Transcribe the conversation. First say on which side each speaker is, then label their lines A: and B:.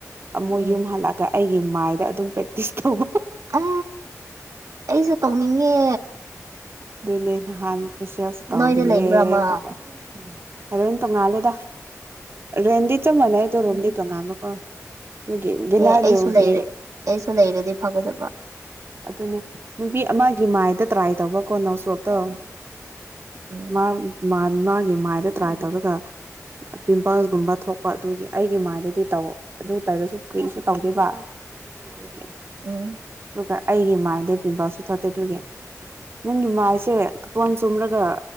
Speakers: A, on the right (about 45°); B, on the right (about 75°).
A: ꯑꯃꯨꯛ
B: ꯎꯝ
A: ꯌꯨꯝ ꯍꯜꯂꯛꯒ ꯑꯩꯒꯤ ꯃꯥꯏꯗ ꯑꯗꯨꯝ ꯄ꯭ꯔꯦꯛꯇꯤꯁ ꯇꯧꯕ
B: ꯑ ꯑꯩꯁꯨ ꯇꯧꯅꯤꯡꯉꯦ
A: ꯑꯗꯨꯅꯤ ꯅꯍꯥꯟ ꯐ‌ꯦꯁꯤꯌ‌ꯦꯜꯁꯨ ꯇꯧꯕꯤꯌ‌ꯦ
B: ꯅꯣꯏꯗ ꯂꯩꯕ꯭ꯔꯥ ꯃꯥ
A: <unintelligible> ꯑꯔꯦꯟ ꯇꯣꯉꯥꯜꯂꯦꯗ ꯔꯦꯟꯗꯤ ꯆꯞ ꯃꯅꯥꯏ ꯗ‌ꯣ ꯔꯨꯝꯗꯤ
B: ꯎꯝ
A: ꯇꯣꯉꯥꯟꯕꯀ‌ꯣ ꯗꯨꯒꯤ ꯕꯤꯅꯥꯂꯤꯎꯒꯤ
B: ꯗꯦ ꯑꯩꯁꯨ ꯂꯩꯔꯦ ꯑꯩꯁꯨ ꯂꯩꯔꯗꯤ ꯐꯒꯗꯕ
A: ꯑꯗꯨꯅꯦ ꯅꯨꯄꯤ ꯑꯃꯒꯤ ꯃꯥꯏꯗ ꯇ꯭ꯔꯥꯏ ꯇꯧꯕ ꯀꯣ ꯅꯣꯁꯣꯞꯇ‌ꯣ
B: ꯎꯝ
A: ꯃꯥ ꯃꯥꯟ ꯃꯥꯒꯤ ꯃꯥꯏꯗ ꯇ꯭ꯔꯥꯏ ꯇꯧꯔꯒ ꯄꯤꯝꯄꯜꯁꯒꯨꯝꯕ ꯊꯣꯛ ꯄ ꯑꯗꯨꯒꯤ ꯑꯩꯒꯤ ꯃꯥꯏꯗꯗꯤ ꯇꯧ ꯑꯗꯨ ꯇꯩꯔꯁꯨ ꯀꯔꯤꯁꯨ ꯇꯧꯗ‌ꯦꯕ ꯑꯗꯨꯒꯤ
B: ꯎꯝ
A: ꯑꯗꯨꯒ ꯑꯩꯒꯤ ꯃꯥꯏꯗꯩ ꯄꯤꯕꯜꯁꯨ ꯊꯣꯛꯇꯦ ꯑꯗꯨꯒꯤ ꯅꯪꯒꯤ ꯃꯥꯏꯁꯦ ꯏꯁꯄꯣꯟ ꯆꯨꯝꯔꯒ